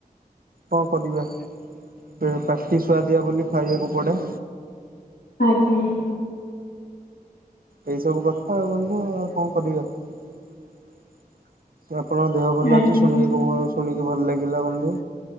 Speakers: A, on the right; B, on the left.
A: କଣ କରିବା ପ୍ରାକ୍ଟିସ୍ ସୁଆଦିଆ ବୋଲି ଖାଇବାକୁ ପଡ଼େ।
B: ଆଜ୍ଞା।
A: ଏଇ ସବୁ କଥା ଆଉ ବନ୍ଧୁ ଆଉ କଣ କରିବା। <unintelligible> କି ଭଲ
B: ଆଜ୍ଞା
A: ଲାଗିଲା
B: ଆଜ୍ଞା
A: ବନ୍ଧୁ